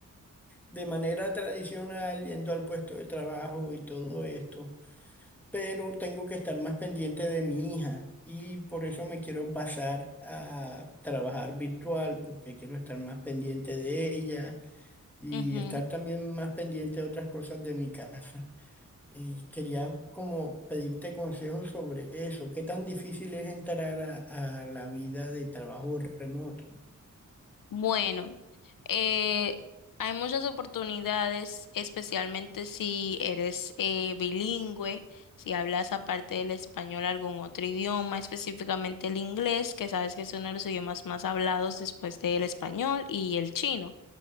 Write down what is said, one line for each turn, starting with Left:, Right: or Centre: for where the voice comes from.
Centre: de manera tradicional, yendo al puesto de trabajo y todo esto, pero tengo que estar más pendiente de mi hija y por eso me quiero pasar a trabajar virtual, porque quiero estar más pendiente de ella y
Left: Ujú.
Centre: estar también más pendiente de otras cosas de mi casa. Y quería como pedirte consejos sobre eso. ¿Qué tan difícil es entrar a, a la vida de trabajo remoto?
Left: Bueno, eh, hay muchas oportunidades, especialmente si eres eh, bilingüe, si hablas aparte del español algún otro idioma, específicamente el inglés, que sabes que es uno de los idiomas más hablados después del español y el chino.